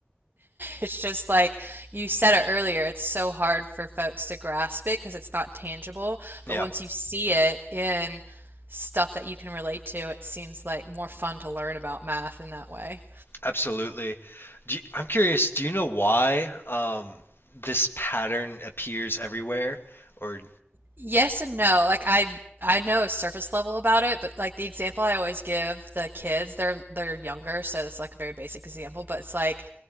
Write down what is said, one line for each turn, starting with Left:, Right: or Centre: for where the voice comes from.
Right: it's just like you said it earlier, it's so hard for folks to grasp it because it's not tangible.
Left: yeah.
Right: But once you see it in stuff that you can relate to, it seems like more fun to learn about math in that way.
Left: Absolutely. Do you- I'm curious, do you know why um, this pattern appears everywhere? Or
Right: Yes and no. Like I I know a surface level about it, but like the example I always give the kids, they're they're younger, so it's like a very basic example, but it's like